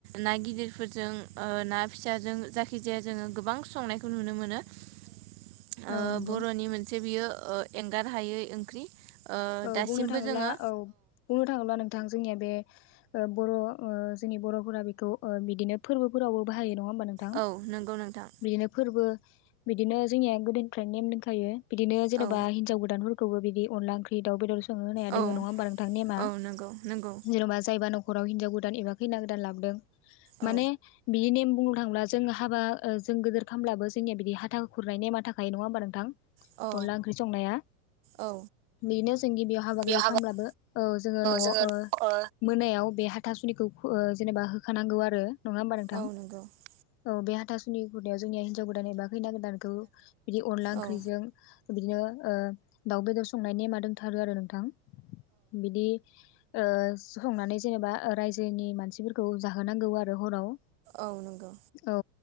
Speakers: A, on the right (about 50°); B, on the left (about 30°).
A: ना गिदिरफोरजों ओ ना फिसाजों जायखि जाया जोङो गोबां संनाय नुनो मोनो ओ
B: औ नंगौ
A: बर'नि मोनसे बियो ओ एंगार हायै ओंख्रि। ओ
B: औ
A: दासिमबो
B: बुंनो थाङोब्ला
A: जोङो
B: औ बुंनो थाङोब्ला नोंथां जोंनिया बे ओ बर' ओ जोंनि बर'फोरा बेखौ ओ बिदिनो फोरबोफोरावबो बाहायो। नङा होमबा नोंथां?
A: औ नंगौ नोंथां
B: बिदिनो फोरबो बिदिनो जोंनिया गोदोनिफ्राय नेम दोंखायो। बिदिनो जेनेबा
A: औ
B: हिन्जाव गोदानफोरखौबो बिदि अनला ओंख्रि दाउ बेदर संनो होनाया
A: औ
B: दोङो नङा होमबा नोंथां नेमा।
A: औ नंगौ नंगौ
B: जेन'बा जायबा न' खराव हिनजाव गोदान एबा खैना गोदान लाबोदों
A: औ
B: माने बिनि नेम बुंनो थाङोब्ला जों हाबा ओ जों गोदोर खामब्लाबो जोंनिया बिदि हाथा खुरनाय नेमा थाखायो नङा होनबा नोंथां। अनला
A: औ
B: ओंख्रि संनाया।
A: औ
B: बेनो जों गिबियाव हाबा गोदोर
A: बेयाव हाबाखौ
B: खामब्लाबो ओ जोङो न'आव
A: जोङो
B: ओ मोनायाव बे हा थासुनिखौ ओ जेनेबा होखानांगौ आरो नङा होमबा नोंथां?
A: ओ हिनजाव
B: औ बे हाथासुनि <unintelligible> जोंनिया हिनजाव गोदान एबा खैना गोदानखौ बिदि अनला ओंख्रैजों
A: औ
B: बिदिनो ओ दाउ बेदर संनाय नेमा दोंथारो आरो नोंथां। बिदि ओ संनानै जेनेबा ओ रायजोनि मानसिफोरखौ जाहोनांगौ आरो हराव।
A: औ नंगौ।
B: औ